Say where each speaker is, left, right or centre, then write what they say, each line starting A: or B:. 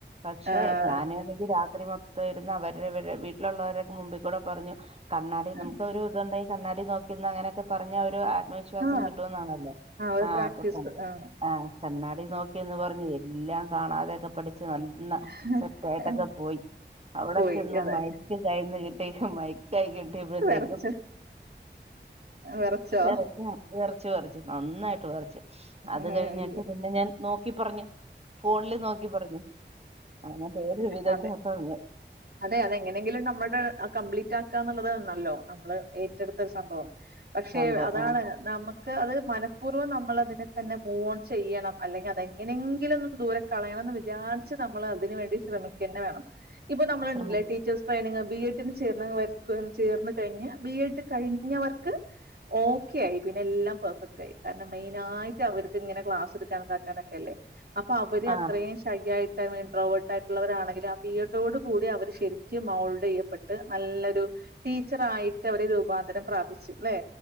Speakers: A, on the right (about 35°); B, on the right (about 55°).
A: പക്ഷെ
B: ആഹ്
A: ഞാനാണെങ്കിൽ ഒരി മൊത്തം ഇരുന്ന് അവരുടെ വീട്ടിലുള്ളവരൊക്കെ മുമ്പിൽ കൂടെ പറഞ്ഞു കണ്ണാടി
B: ആഹ്
A: നമുക്ക് ഒരു ഇതുണ്ട കണ്ണാടി നോക്കി ന്ന് അങ്ങനെയൊക്കെ പറഞ്ഞ ഒരു ആത്മവിശ്വാസം
B: ആ
A: കിട്ടുംന്നാണല്ലോ
B: ആ ഒരു
A: ആഹ്
B: പ്രാക്ടീസ്
A: അപ്പൊ ക
B: ആഹ്
A: ആ കണ്ണാടി നോക്കിയന്ന് പറഞ്ഞു എല്ലാം കാണാതെയൊക്കെ പഠിച്ച് നല്ല
B: ആഹ്
A: സെറ്റ് ആയിട്ടൊക്കെ പോയി അവിടെ
B: പോയി
A: ചെന്ന്
B: അതെ
A: മയ്ക്ക് കയിൽ ദേഹമായി കൈ കിട്ടിയ്പഴത്തേക്കും
B: വെറച്ച് വെറച്ചോ
A: വിറക്കാ ച്ച് പറഞ്ഞു നന്നായിട്ട് റച്ചു
B: ആഹ്
A: അത് കഴിഞ്ഞിട്ട് പിന്നെ ഞാൻ നോക്കി പറഞ്ഞു ഫോണില് നോക്കി പറഞ്ഞു അങ്ങനത്തെ ഒരു ഒരു വിധത്തിൽ
B: അതെ
A: അപ്പം അ
B: അതെ അതെങ്ങനെങ്കിലും നമ്മുടെ അ കംപ്ലീറ്റ് ആക്കാ എന്നുള്ളതേര്ല്ലോ നമ്മള് റ്റടുത്തരു സംഭവം പക്ഷെ
A: സംഭവം
B: അതാണ്
A: ആ
B: നമ്മ ക്ക് അത് മനഃപൂർവ്വം നമ്മൾ അതിനെ തന്നെ മൂവോൺ ചെയ്യണം അല്ലെങ്കിൽ അതെങ്ങനെങ്കിലും ഒന്ന് ദൂരെ കളയണം എന്ന് വിചാരിച്ച് നമ്മൾ അതിന് വേണ്ടി ശ്രമിക്കന്നെ വേണം ഇപ്പ നമ്മളണ്ട്ലേ
A: ശ്രമിക്ക
B: ടീച്ചേഴസ് ട്രെയിനിങ് ബിഎഡിന് ചേർന്ന് ചേർന്ന് കഴിഞ്ഞ് ബിഎഡ് കഴിഞ്ഞവർക്ക് ഓക്കെ ആയി പിന്നെ എല്ലാം പെർഫെക്റ്റ് ആയി കാരണം മെയിനായിട്ട് അവർക്ക് ഇങ്ങനെ ക്ലാസ് എടുക്കാൻ താക്കാനൊക്കെല്ലേ അപ്പൊ അവര്
A: ആ
B: അത്രയും ശൈയായി ഇന്റ്‌റോവർട്ടായിട്ടുള്ളവരാണെങ്കിൽ ആ ഈ ഒ തോട് കൂടി അവർ ശരിക്കും മോൾഡ് ചെയ്യപ്പെട്ട് നല്ലൊരു ടീച്ചറായിട്ട് അവര് രൂപാന്തരം പ്രാപിച്ച് ല്ലെ